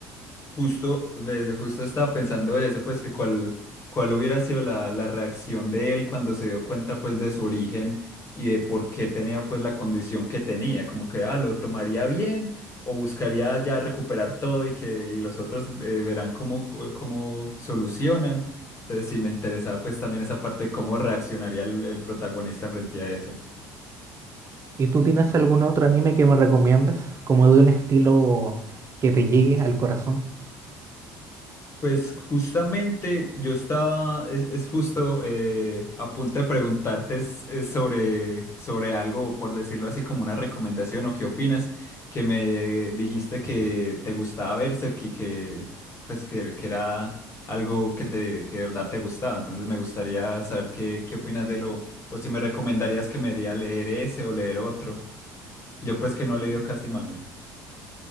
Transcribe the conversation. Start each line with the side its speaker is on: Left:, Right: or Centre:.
Left: Justo, ve, justo estaba pensando eso, pues que cuál, cuál hubiera sido la, la reacción de él cuando se dio cuenta pues de su origen y de por qué tenía pues la condición que tenía, como que ah, lo tomaría bien o buscaría ya recuperar todo y que y los otros eh, verán cómo, cómo solucionan. Entonces sí me interesaba pues también esa parte de cómo reaccionaría el, el protagonista frente a eso.
Right: ¿Y tú tienes algún otro anime que me recomiendes? Como de un estilo que te llegue al corazón.
Left: Pues justamente yo estaba, es, es justo eh, a punto de preguntarte es- es sobre, sobre algo, por decirlo así, como una recomendación o qué opinas, que me dijiste que te gustaba Berserk y que pues que, que era algo que te que de verdad te gustaba. Entonces me gustaría saber qué, qué opinas de lo, o si me recomendarías que me iría a leer ese o leer otro. Yo pues que no he leído casi mangas.